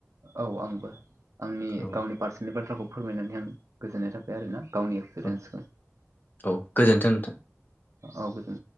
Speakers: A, on the right; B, on the left.
A: औ आंबो आंनि
B: औ
A: गावनि पार्सनेल बाथ्राखौ फोरमायनानै आं गोजोननाय थाबाय आरोना गावनि एक्सपिरियेन्सखौ।
B: औ औ गोजोन्थों नोंथां।
A: औ गोे